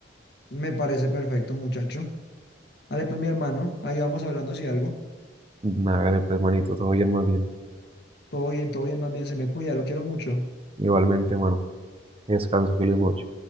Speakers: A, on the left (about 60°); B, on the right (about 30°).
A: me parece perfecto, muchacho. Dale pues, mi hermano, ahí vamos hablando si algo.
B: Nada, pues manito, todo bien más bien.
A: Todo bien, todo bien, más bien, se me cuida, lo quiero mucho.
B: Igualmente, mano. que Descanse, feliz noche.